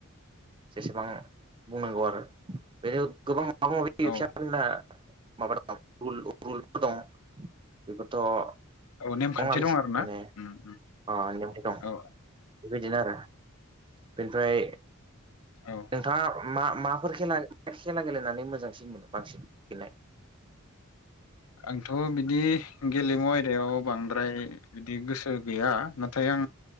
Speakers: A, on the right; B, on the left.
A: जेसेबां बुंनांगौ आरो बे गोबां माबा माबि <unintelligible>
B: औ
A: होनना माबा दं रुल रु गतः गलफोर दं बेफोरथ'
B: औ नेमखान्थि
A: दंङ आरोखि
B: दं आरो ना
A: माने
B: उम उम
A: अ <unintelligible> दं
B: औ
A: बेबायदिनो आरो। बेनिफ्राय
B: औ‌व
A: नोंथांङा मा माफोर खेला खेला गेलेनानै मोजांसिन मोनो बांसिन गेलनाय।
B: आंथ' बिदि गेलेमु आयदायाव बांद्राय बिदि गोसो गैया नाथाय आं